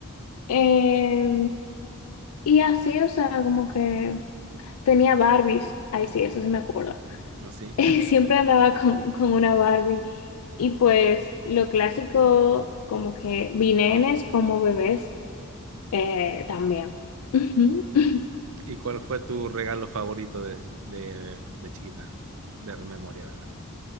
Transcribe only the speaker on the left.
Eh, y así, o sea, como que tenía Barbies. Ay, sí, eso sí me acuerdo. <laughs>
Eh,
Siempre andaba con, con una Barbie. Y pues lo clásico, como que vinenes como bebés eh, también. <laughs>